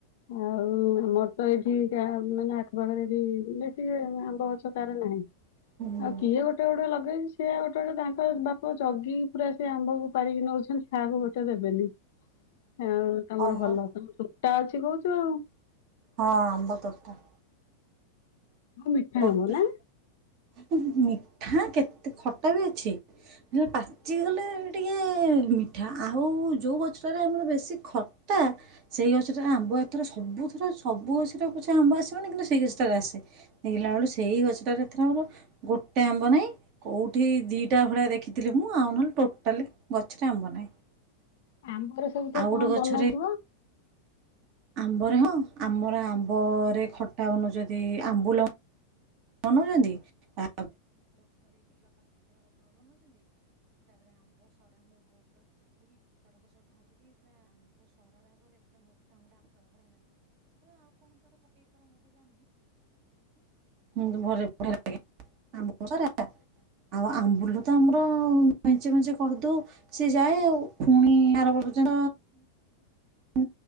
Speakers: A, on the left; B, on the right.
A: ଆଉ ଆମର ତ ଏଇଠି। ମାନେ ଆଖପାଖରେ ବି ବେଶି ଆମ୍ବ ଗଛ କାହାର ନାହିଁ।
B: ହୁଁ।
A: ଆଉ କିଏ ଗୋଟେ ଗୋଟେ ଲଗେଇଛି ସେ ଗୋଟେ ଗୋଟେ ତାଙ୍କ ବାପ ଜଗିକି ପୁରା ସେ ଆମ୍ବକୁ ପାରିକି ନଉଛନ୍ତି କାହାକୁ ଗୋଟେ ଦେବେନି। ହଁ ତମର
B: ମ ହଁ
A: ଭଲ ତ ଟା ଅଛି କୋଉଚୁ ଆଉ
B: ହଁ ଆମ୍ବ ତୋଟା।
A: ହଁ ମିଠା
B: ତୋଟା
A: ଆମ୍ବ ନା।
B: ମିଠା କେତେ ଖଟା ବି ଅଛି ହେଲେ ପାଚି ଗଲେ ଟିକେ ମିଠା ଆଉ ଯୋଉ ଗଛଟାରେ ଆମର ବେଶୀ ଖଟା ସେଇ ଗଛଟା ଆମ୍ବ ଏଥର ସବୁଥର ସବୁ ଗଛଟା ପଛା ଆମ୍ବ ଆସିବନି କିନ୍ତୁ ସେଇ ଗଛଟାରେ ଆସେ। ଦେଖିଲା ବେଳୁ ସେଇ ଗଛଟାରେ ଏଥର ଆର ଗୋଟେ ଆମ୍ବ ନାହିଁ କେଉଁଠି ଦିଇଟା ଭଳିଆ ଦେଖିଥିଲି ମୁଁ ଆଉ ନହେଲେ ଟୋଟାଲି ଗଛରେ ଆମ୍ବ ନାହିଁ।
A: ଆମ୍ବ ରେ ସବୁ ତ
B: ଆଉ ଗୋଟେ
A: କଣ
B: ଗଛରେ
A: ବନାଉଥିବ।
B: ଆମ୍ବରେ ହଁ ଆମର ଆମ୍ବରେ ଖଟା ଯଦି ଆମ୍ବୁଲ ବନୋଉଚନ୍ତି <unintelligible> ହଁ ଘରେ ବଢ଼ିଆ ଆମ୍ବ ସରା ଆଉ ଆମ୍ବୁଲ ତ ଆମର ମେଞ୍ଚେ ମେଞ୍ଚେ କରିଦଉ ସି ଯାଏ ଆଉ ପୁଣି ଆର ବର୍ଷ ହ